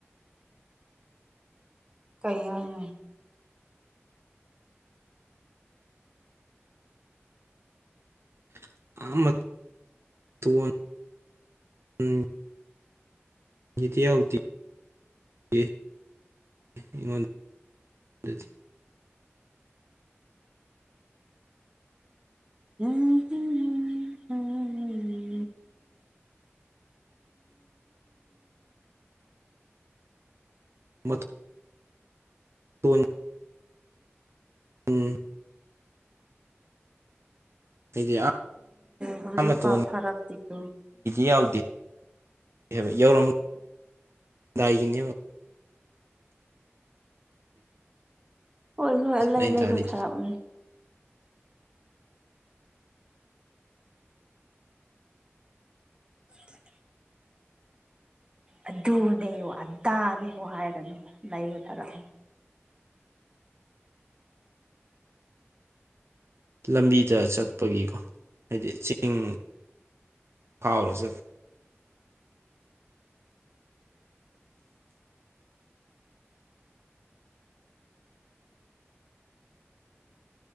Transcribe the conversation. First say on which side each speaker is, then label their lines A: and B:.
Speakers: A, on the right; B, on the right.
A: ꯀꯩ ꯍꯥꯏꯅꯣ
B: <unintelligible> ꯒꯤꯗꯤ ꯌꯥꯎꯗꯤ ꯌꯦ ꯑꯩꯉꯣꯟ ꯗꯗꯤ
A: ꯍꯨꯝ ꯍꯨꯝ ꯍꯨꯝ <unintelligible>
B: ꯃꯗꯨ ꯇꯣꯟ ꯎꯝ ꯍꯥꯏꯗꯤ ꯑꯥ
A: ꯍꯧꯖꯤꯛ
B: ꯃꯇꯣꯟꯒꯤꯗꯤ
A: ꯐꯥꯎ ꯊꯔꯛꯇꯦꯀꯣ
B: ꯌꯥꯎꯗꯦ ꯍꯥꯏꯕ ꯌꯧꯔꯝꯗꯥꯏꯒꯤꯅꯦꯕ
A: ꯍꯣꯏ ꯍꯣꯏ ꯑꯂꯩ
B: ꯑꯩꯅ
A: ꯂꯩꯕ
B: ꯊꯥꯔꯤꯗꯨ
A: ꯊꯥꯔꯛꯎꯅꯦ <unintelligible> ꯑꯗꯨꯅꯦꯌꯨ ꯑꯗꯥꯅꯦꯌꯨ ꯍꯥꯏꯔꯅꯨ ꯂꯩꯕ ꯊꯥꯔꯛꯑꯣ
B: <inaudible> ꯂꯝꯕꯤꯗ ꯆꯠꯄꯒꯤꯀꯣ ꯍꯥꯏꯗꯤ ꯆꯤꯡ ꯐꯥꯎꯔ ꯆꯠ <inaudible>